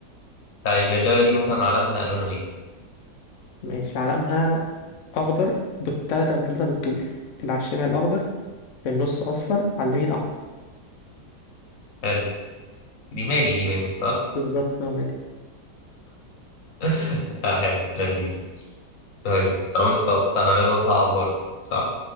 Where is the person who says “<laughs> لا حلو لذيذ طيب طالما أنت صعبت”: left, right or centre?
Left